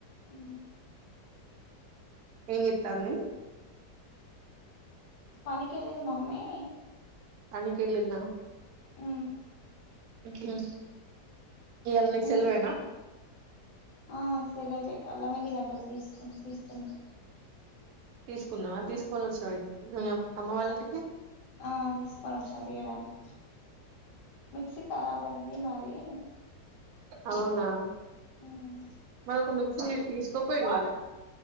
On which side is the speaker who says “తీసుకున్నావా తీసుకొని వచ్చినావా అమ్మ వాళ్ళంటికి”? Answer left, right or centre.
Right